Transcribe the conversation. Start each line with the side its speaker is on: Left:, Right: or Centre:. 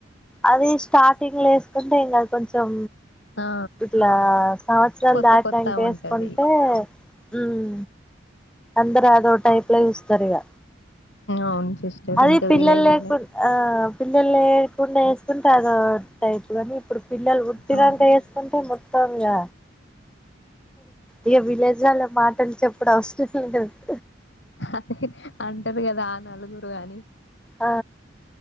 Centre: అది స్టార్టింగ్ లో వేసుకుంటే ఏం కాదు కొంచెం
Left: ఆ
Centre: ఇట్లా సంవత్సరాలు
Left: కొత్త
Centre: దాంటినంక
Left: కొత్త ఉంటది
Centre: వేసుకుంటే ఉమ్ అందరు అదో టైప్ లో చూసు తరు ఇగ
Left: అవును సిస్టర్
Centre: అది
Left: ఇంకా
Centre: పిల్లలు
Left: విలేజ్
Centre: లేకు
Left: ఉన్నాయి.
Centre: ఆ పిల్లలు లే కుండా వేసుకుంటే అదో టైప్ కాని ఇప్పుడు పిల్లలు పుట్టినాంక
Left: అవును
Centre: ఏసుకుంటే మొత్తం ఇగ ఇక విలేజ్ వాళ్ళ మాటలు చెప్పుడు అవస <unintelligible>
Left: అదే అంటారు కదా ఆ నలుగురు నువ్వు కానీయ్
Centre: ఆ